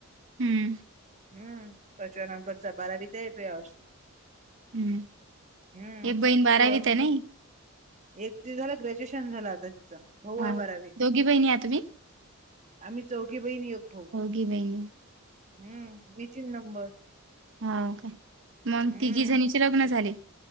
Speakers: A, on the right; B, on the right.
A: हम्म.
B: हम्म पाचव्या नंबरचा बारावीत आहे यावर्षी.
A: हम्म
B: हम्म,
A: एक बहीण बारावीत
B: तर.
A: आहे नाही?
B: एक दि झालं ग्रॅज्युएशन झालं आता तिचं. भाऊ
A: हां.
B: आहे बारावीत
A: दोघी बहिणी आहात तुम्ही?
B: आम्ही चौघी बहिणी एक भाऊ.
A: ही नई.
B: हम्म मी तीन नंबर.
A: हो का मग
B: हम्म
A: तिघी जणीचे लग्न झाले.